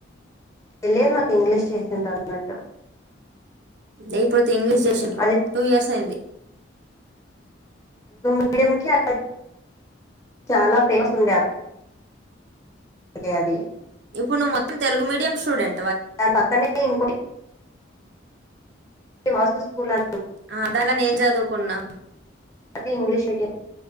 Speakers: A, on the left; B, on the right.
A: తెలియాదు నాకు ఇంగ్లీష్ చేసిన్ <inaudible>
B: లేపోతే ఇంగ్లీష్ చేసిండ్రు
A: అది
B: టూ ఇయర్స్ అయింది
A: <unintelligible> చాలా ఫేమస్ ఉందె <unintelligible>
B: ఇప్పుడు ను మొత్తం తెలుగు మీడియం స్టూడెం
A: దాని పక్కనే ఇంకోటి వస్తు స్కూల్ అ
B: ఆ దాన్ల నేన్ చదువుకున్నా
A: అది ఇంగ్లీష్ మీడియం